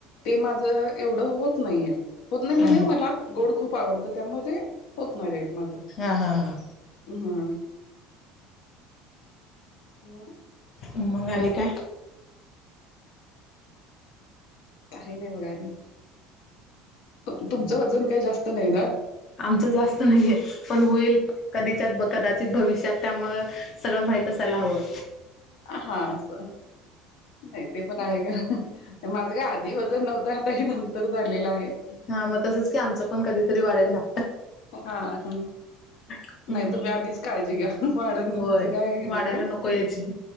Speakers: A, on the left; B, on the left.
A: ते माझ एवढं होत नाहीये. होत नाही
B: हा
A: म्हणजे मला गोड खूप आवडतं. त्यामध्ये होत नाही रेट माझं.
B: हा.. हा.. हा.
A: हम्म हम्म,
B: मग आणि काय?
A: काही बघा आणि. तुम तुमचं वजन काही जास्त नाही ना?
B: आमचं जास्त नाहीये, पण होईल. कधीच्यात कदाचित भविष्यात, त्यामुळं सगळं माहित असायला हवं.
A: हा अस. नाही ते पण आहे ग. माझं काय आधी व जन नव्हत, आता हे नंतर झालेलं आहे.
B: हा मग तसंच काही, आमचं पण कधीतरी वाढेल ना.
A: हा.. हम्.
B: हम्म
A: नाही तुम्ही आधीच काळजी घ्या. वाढ नं
B: होय
A: इतकं काय हे
B: वाढायला
A: नको.
B: यायची